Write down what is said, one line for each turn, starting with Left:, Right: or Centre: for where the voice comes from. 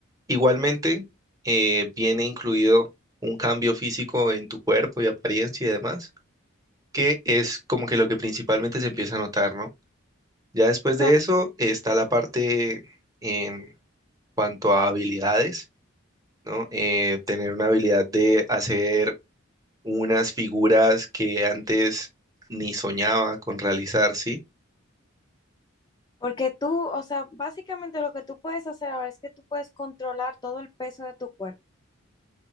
Right: Igualmente, eh, viene incluido un cambio físico en tu cuerpo y apariencia y demás, que es como que lo que principalmente se empieza a notar, ¿no? Ya después
Left: Claro.
Right: de eso está la parte en cuanto a habilidades ¿no? Eh, tener una habilidad de hacer unas figuras que antes ni soñaba con realizar, ¿sí?
Left: Porque tú, o sea, básicamente lo que tú puedes hacer ahora es que tú puedes controlar todo el peso de tu cuerpo.